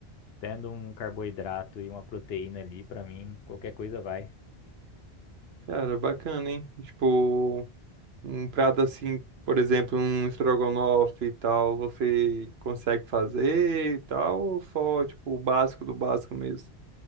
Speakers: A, on the left (about 70°); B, on the right (about 70°).
A: Tendo um carboidrato e uma proteína ali, pra mim, qualquer coisa vai.
B: Cara, bacana, hein? Tipo, um prato assim, por exemplo, um estrogonofe e tal, você consegue fazer e tal, ou só, tipo, o básico do básico mesmo?